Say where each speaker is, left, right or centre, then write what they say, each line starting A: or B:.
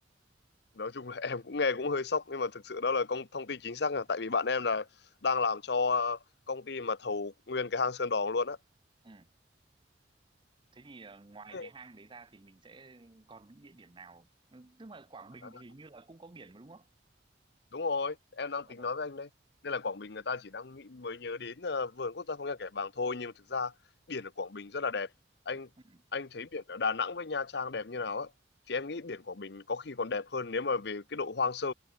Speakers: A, on the left (about 60°); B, on the right (about 25°).
A: nói chung là <laughs> em cũng nghe cũng hơi sốc nhưng mà thực sự đó là công thông tin chính xác là tại vì bạn em là đang làm cho ờ, công ty mà thầu nguyên cái hang Sơn Đoòng luôn á
B: Ừ, thế thì ờ, ngoài
A: Ừ.
B: cái hang đấy ra thì mình sẽ còn những địa điểm nào? Ừ, Tức là Quảng Bình
A: À,
B: thì hình như là cũng có biển mà đúng không?
A: đúng rồi em đang
B: Ờ.
A: tính nói với anh đây nên là Quảng Bình người ta chỉ đang nghĩ mới nhớ đến ờ, vườn quốc gia Phong Nha Kẻ Bàng thôi nhưng mà thực ra biển ở Quảng Bình rất là đẹp anh
B: ừ
A: anh thấy biển ở Đà Nẵng với Nha Trang đẹp như nào á thì em nghĩ biển Quảng Bình có khi còn đẹp hơn nếu mà về cái độ hoang sơ